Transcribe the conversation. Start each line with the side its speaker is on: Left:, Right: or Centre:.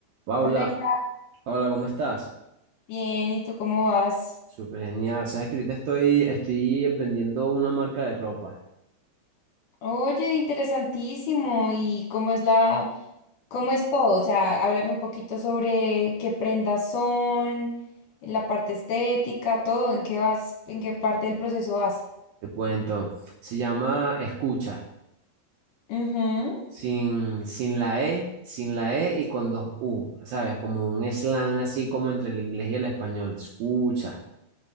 Right: Paula,
Left: Hola, Isa.
Right: hola, ¿cómo estás?
Left: Bien, ¿y tú cómo vas?
Right: Súper genial. Sabes que ahorita estoy, estoy aprendiendo una marca de ropa.
Left: Oye, interesantísimo. ¿Y cómo es la, cómo es todo? O sea, háblame un poquito sobre qué prendas son, la parte estética, todo, en qué vas, en qué parte del proceso vas.
Right: Te cuento. Se llama Escucha.
Left: Ujú,
Right: Sin, sin la E, sin la E y con dos U. ¿Sabes? Como un slang así como entre el inglés y el español. Escucha.